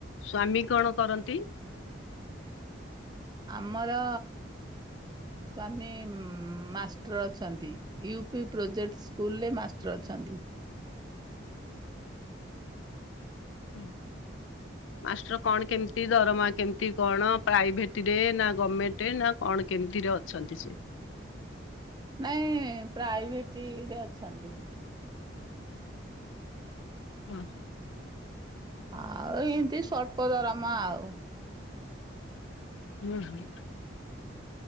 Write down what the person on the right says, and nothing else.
ଆମର ସ୍ଵାମୀ ମାଷ୍ଟର ଅଛନ୍ତି ୟୁ ପି ପ୍ରୋଜେକ୍ଟ ସ୍କୁଲରେ ମାଷ୍ଟର ଅଛନ୍ତି।
ନାଇଁ ପ୍ରାଇଭେଟ ରେ ଅଛନ୍ତି।
ଆଉ ଏମିତି ସର୍ପଦରାମ ଆଉ।